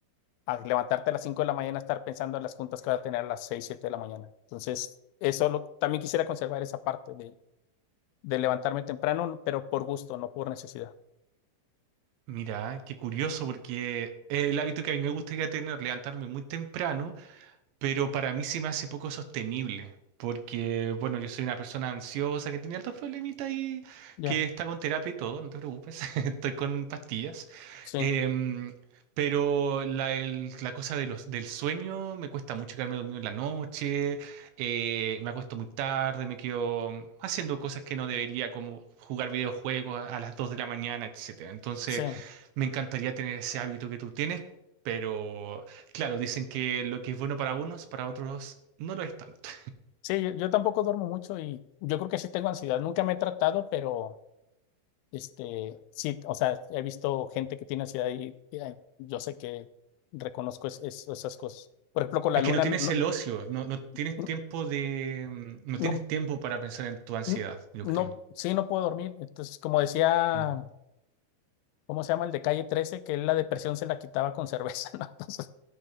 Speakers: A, on the left; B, on the right.
A: a levantarte a las 5 de la mañana, estar pensando en las juntas que vas a tener a las 6 7 de la mañana. Entonces, eso lo- también quisiera conservar esa parte de, de levantarme temprano, pero por gusto, no por necesidad.
B: Mira, qué curioso porque es el hábito que a mí me gustaría tener, levantarme muy temprano, pero para mí se me hace poco sostenible, porque, bueno, yo soy una persona ansiosa que tiene altos problemitas y
A: Ya,
B: que está con terapia y todo, no te preocupes, <laughs> estoy con pastillas.
A: Sí,
B: Em, pero la, el- la cosa de los, del sueño, me cuesta mucho quedarme dormido en la noche, eh, me acuesto muy tarde, me quedo haciendo cosas que no debería, como jugar videojuegos a, a las 2 de la mañana, etcétera. Entonces,
A: sí.
B: me encantaría tener ese hábito que tú tienes, pero Claro, dicen que lo que es bueno para unos, para otros no lo es tanto.
A: Sí, yo, yo tampoco duermo mucho y yo creo que sí tengo ansiedad. Nunca me he tratado, pero Este, sí, o sea, he visto gente que tiene ansiedad y eh, yo sé que reconozco es- es- esas cosas. Por ejemplo, con la
B: Es
A: luna
B: que no tienes
A: no, no,
B: el ocio, no, no tienes
A: no,
B: tiempo de, mm, no
A: no,
B: tienes tiempo para pensar en tu ansiedad,
A: no-
B: yo
A: no,
B: creo.
A: sí, no puedo dormir. Entonces, como decía,
B: Mm.
A: ¿cómo se llama el de calle trece Que él la depresión se la quitaba con cerveza, <laughs> ¿no? Entonces,